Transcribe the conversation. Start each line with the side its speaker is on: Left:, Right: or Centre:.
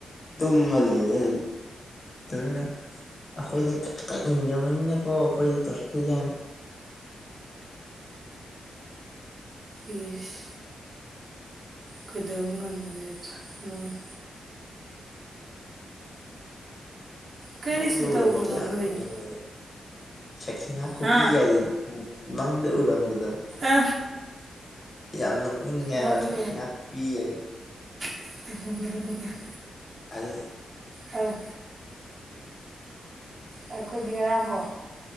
Left: ꯇꯨꯝꯃ ꯂꯩꯌꯦ ꯑꯗꯨꯝ ꯇꯨꯃꯤꯟꯅꯧ ꯑꯩꯈꯣꯏꯗꯤ ꯏꯟꯖꯃꯅꯤꯅꯀꯣ ꯑꯩꯈꯣꯏꯗꯤ ꯇꯧꯔꯛꯇꯣꯏꯖꯥꯅꯤ
Right: ꯏꯁ ꯀꯗꯧ ꯉꯝꯗꯣꯏꯕ ꯃꯣꯏꯅ ꯀꯔꯤꯁꯨ
Left: ꯃꯪꯗ
Right: ꯇꯧꯕ
Left: ꯎꯔꯝꯃꯕꯗꯣ
Right: ꯉꯝꯂꯣꯏꯅꯦ
Left: ꯌꯥꯝ ꯅꯪꯛꯅꯤꯡꯉꯤꯗ ꯁꯈꯤꯅꯥ ꯈꯨꯄꯤꯒꯗꯤ
Right: ꯍꯥ
Left: ꯅꯣꯛꯅꯤꯡꯉꯦ ꯃꯪꯗ ꯎꯔꯝꯕꯗꯣ
Right: ꯑ
Left: ꯌꯥꯝ ꯅꯤꯛꯅꯤꯡꯉꯦ
Right: ꯃꯪꯗ
Left: ꯍꯥꯏꯕ ꯁꯈꯤꯅꯥ ꯈꯨꯄꯤꯒꯗꯤ
Right: ꯍꯨꯡ ꯍꯨꯡ ꯍꯨꯡ ꯍꯨꯡ
Left: ꯑꯜ
Right: ꯑꯧ ꯑꯩꯈꯣꯏꯗꯤ ꯉꯔꯥꯡꯀꯣ